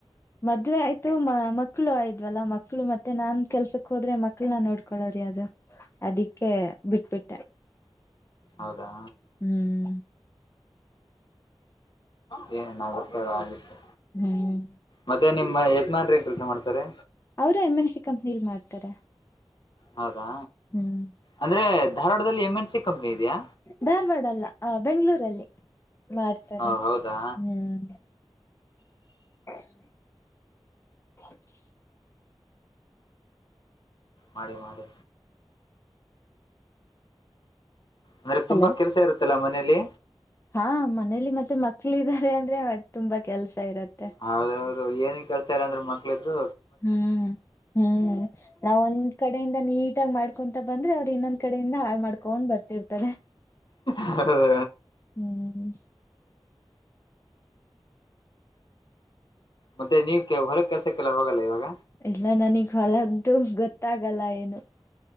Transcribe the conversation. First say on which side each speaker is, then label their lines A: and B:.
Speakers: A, on the left; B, on the left.
A: ಮದ್ವೆ ಆಯ್ತು ಮ ಮಕ್ಕಳು ಆಯ್ವಲ್ಲಾ ಮಕ್ಳು ಮತ್ತೆ ನಾನ್ ಕೆಲ್ಸಕ್ ಹೋದ್ರೆ ಮಕ್ಳ ನ ನೋಡ್ಕೊಳವ್ರಿ ಅದು ಅದಿಕ್ಕೆ ಬಿಟ್ಬಿಟ್ಟೆ
B: ಹೌದಾ
A: ಹ್ಮ್
B: ಡೆ ಏನನ್ಗುತ್ತೆ ಆಗುತ್ತೆ
A: ಹ್ಮ್
B: ಮತ್ತೆ ನಿಮ್ಮ್ ಯಜಮಾನ್ ಏನ್ ಕೆಲ್ಸ ಮಾಡ್ತಾರೆ
A: ಅವರು ಎಮ್ ಎನ್ ಸಿ ಕಂಪ್ನಿಲ್ ಮಾಡ್ತಾರೆ
B: ಹೌದಾ
A: ಹ್ಮ್
B: ಅಂದ್ರೆ ಧಾರವಾಡದಲ್ಲಿ ಎಂ ಎನ್ ಸಿ ಕಂಪ್ನಿ ಇದೆಯಾ
A: ಧಾರವಾಡ ಅಲ್ಲ ಆ ಬೆಂಗಳೂರಲ್ಲಿ ಮಾಡ್ತಾರೆ
B: ಹ ಹೌದಾ
A: ಹ್ಮ್ ಹ <inaudible> ಹ
B: ಮಾಡಿ ಮಾಡಿ ಅಂದ್ರೆ ತುಂಬಾ
A: ಹಲೋ
B: ಕೆಲಸ ಇರುತ್ತಲ್ಲಾ ಮನೇಲಿ
A: ಹಾ ಮನೇಲಿ ಮತ್ತೆ ಮಕ್ಳ ಇದಾರೆ ಅಂದ್ರೆ ತುಂಬಾ ಕೆಲ್ಸ ಇರುತ್ತೆ
B: ಹೌದು ಹೌದು ಏನ್ ಕೆಲ್ಸ ಇಲ್ಲ ಅಂದ್ರ ಮಕ್ಳ ಇದ್ರು
A: ಹ್ಮ್ ಹ್ಮ್ ನಾವ ಒಂದ್ ಕಡೆಯಿಂದ ನೀಟಾಗಿ ಮಾಡ್ಕೊಂತ ಬಂದ್ರೆ ಅವ್ರು ಇನ್ನೊಂದ್ ಕಡೆಯಿಂದ ಆ ಮಾಡ್ಕೊಂಡ್ ಬರ್ತಿರ್ತಾರೆ
B: ಹೌದು
A: ಹ್ಮ್
B: ಮತ್ತೆ ನೀವ ಕೆ ಹೊರ ಕೆಲ್ಸಕ್ಕೆಲ್ಲ ಹೋಗಲ್ಲ ಇವಾಗ
A: ಇಲ್ಲ ನನಗ್ ಹೊಲಂತು ಗೊತ್ತಾಗಲ್ಲ ಏನು